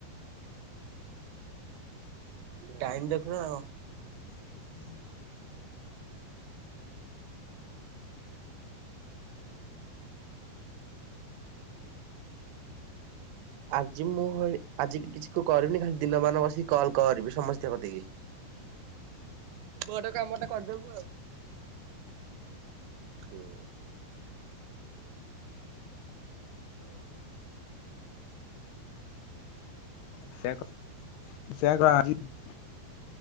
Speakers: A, on the right (about 90°); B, on the left (about 75°).
A: ଟାଇମ୍ ଦେଖୁଚ ନା କଣ?
B: ହ
A: ଆଜି ମୁଁ <unintelligible> ଆଜି କିଛି କୁ କରିବିନି ଖାଲି ଦିନ ମାନ ବସିକି କଲ୍ କରିବି ସମସ୍ତିଙ୍କ କତିକି।
B: ଆ
A: ବଡ କାମ ଟା କରିଦବୁ ଆଉ। ହାଲୋ।
B: <inaudible>